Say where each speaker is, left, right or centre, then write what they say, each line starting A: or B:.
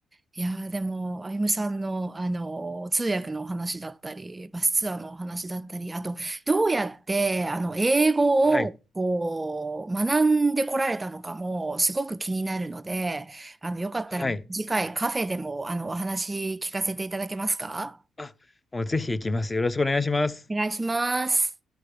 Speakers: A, on the right; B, on the left.
A: いやーでも、あゆむさんの、あの、通訳のお話だったり、バスツアーのお話だったり、あと、どうやって、あの、英語を、
B: はい、
A: こう、学んでこられたのかも、すごく気になるので、あの、よかったら、
B: はい。
A: 次回カフェでも、あの、お話聞かせていただけますか
B: あ、もうぜひ行きます。よろしくお願いします。
A: お願いします。